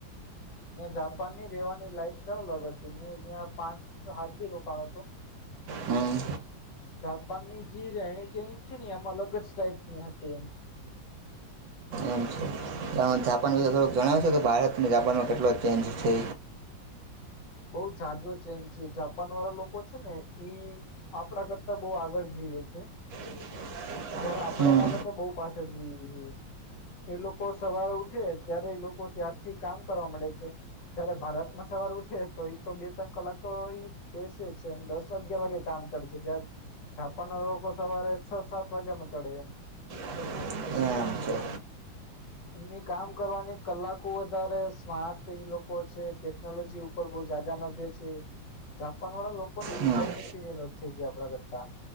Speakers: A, on the left; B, on the right.
A: ત્યાં જાપાનની રેવાની લાઈફ સ્ટાઈલ અલગ હતી ત્યાં પાંચ હાત દિ રોકયો હતો
B: હમ
A: જાપાનની જે રહેણી કેણી છે ને એમાં અલગ જ ટાઈપની હતી એમ
B: એમ છે તમે જાપાન વિશે થોડુંક જણાવશો કે ભારત જાપાનમાં કેટલો ચેન્જ છે
A: બહુ જાજો ચેન્જ છે જાપાન વાળા લોકો છે ને ઈ આપડા કરતા બહું આગળ જઈ એ છે
B: <inaudible>
A: જયારે આપણેે
B: હમ
A: એના કરતા બહુ પાછળ છીએ એ લોકો સવારે ઉઠે ત્યારે એ લોકો ત્યારથી કામ કરવા મળે છે જ્યારે ભારત માં સવાર ઉઠે તો એ તો બે ત્રણ કલાક તો એ બેસે જ છે દસ અગિયાર વાગે કામ ચડે છે જાપાનના લોકો સવારે છ સાત વાગ્યા માં ચડે એમ
B: એ છે
A: એમની કામ કરવાની કલાકો વધારે સ્માર્ટ ઈ લોકો છે ટેકનોલોજી ઉપર બહ જદા ને છે <inaudible> જાપાન વાળા લોકો ની
B: હમ
A: રહેણી કેવી અલગ છે જે આપણા કરતા